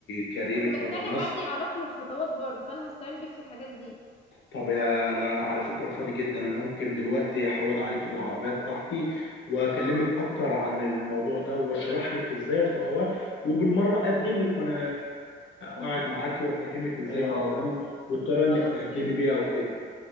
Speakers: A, on the left (about 70°); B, on the left (about 30°).
A: كاريرك
B: بس محتاجة
A: بره مصر
B: حد يعرفني الخطوات برضو فانا هستعين بيك في الحاجات دي
A: طب يا لا انا على فكره فاضي جدا انا ممكن دلوقتي احود عليكي بالعربيه بتاعتي واكلمك
B: اه
A: اكتر عن الموضوع ده واشرح لك ازاي الخطوات وبالمره اقدم لك وانا قاعد معاكي وافهمك ازاي ايوه تقدمي والطريقه انك
B: خلاص
A: تقدمي
B: ماشي
A: بيها وكده